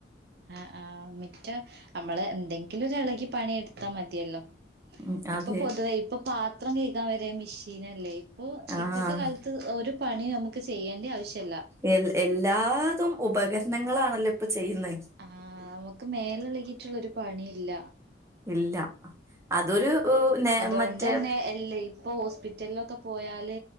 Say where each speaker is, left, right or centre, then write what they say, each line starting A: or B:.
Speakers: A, on the right; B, on the right.
A: ആ ആഹ് മിറ്റ നമ്മള് എന്തെങ്കിലും ഒരു എളകി പണിയെടുത്താ മതിയല്ലോ
B: ഉം അതെ
A: ഇപ്പൊ പൊതുവേ ഇപ്പൊ പാത്രം കയികാൻ വരെ മിഷീനല്ലേ ഇപ്പൊ
B: ആഹ്
A: ഇപ്പത്തെ കാല ത്ത് ഒരു പണിയു നമുക്ക് ചെയ്യണ്ട ആവശ്യല്ല
B: എ എല്ലാതും ഉപകരണങ്ങളാണല്ലോ ഇപ്പൊ ചെയ്യുന്നെ
A: ആഹ് നമുക്ക് മേലെളകിയിട്ടുള്ള ഒരു പണിയില്ല
B: ഇല്ല അതൊരു നെ
A: അതോണ്ട്
B: മറ്റേ
A: തന്നെ എല്ലെയ് ഇപ്പൊ ഹോസ്പിറ്റലിലൊക്കെ പോയാല്